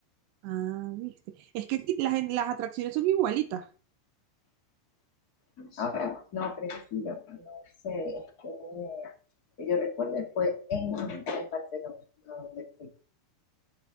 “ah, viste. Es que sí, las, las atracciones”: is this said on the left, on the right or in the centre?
Right